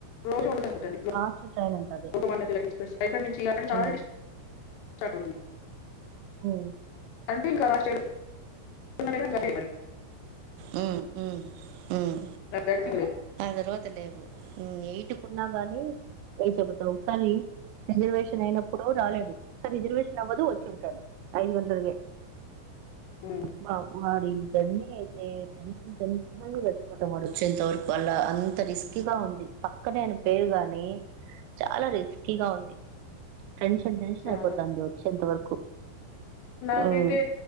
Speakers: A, on the left; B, on the right.
A: రోజు ఉండల ంది
B: లాస్ట్ ట్రైన్ అంట అది
A: లోకమాన్యతల ఎక్స్ప్రెస్ అక్కడ నుంచిరంట ఆల్రెడీ
B: ఉమ్
A: స్టార్ట్ అవుతుంది
B: ఉమ్
A: రంటీం కదాశడున్నడం కద ఇవరి
B: మ్మ్ మ్మ్ మ్మ్
A: థర్డ్ థింగ్ లేదు
B: తర్వాత లేవు మ్మ్ ఎయిట్ న్నా గాని ప చెబతా ఒకసారి రిజర్వేష లేనప్పుడు రాలేదు ఇప్ ఆ రిజర్వేషన్ అవ్వదు వచ్చుడు ఐదు వందల్ గే
A: ఉమ్,
B: బా వాడి దన్ని అ టెన్షన్ టెన్షన్ గచ్చిపోతా మ వచ్చేంత వరకు అలా అంత రిస్కీగా ఉంది పక్కనేను పేరుగాని చాలా రిస్కీగా ఉంది ట్రెన్షన్ టెన్షన్
A: చాలా
B: అయిపోతంది వచ్చి ఎంత వరకు
A: నాకైతే
B: ఉమ్,